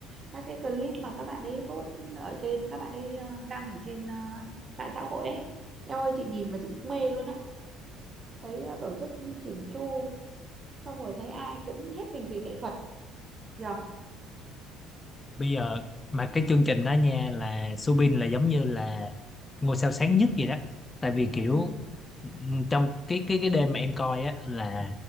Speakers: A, on the right; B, on the left.
A: các cái clip mà các bạn ấy post ở trên các bạn ấy ờ, đăng ở trên ờ, mạng xã hội ấy em ơi chị nhìn mà chị cũng mê luôn á thấy ờ, tổ chức chỉn chu xong rồi thấy ai cũng hết mình vì nghệ thuật nhờ
B: bây giờ mà cái chương trình đó nha là Subin là giống như là ngôi sao sáng nhất gì đó tại vì kiểu
A: ừ
B: ừm, trong cái cái cái đêm mà em coi á là